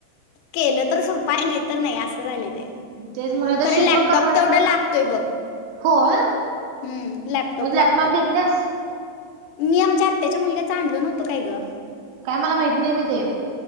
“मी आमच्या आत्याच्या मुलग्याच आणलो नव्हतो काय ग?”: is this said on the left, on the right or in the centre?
Left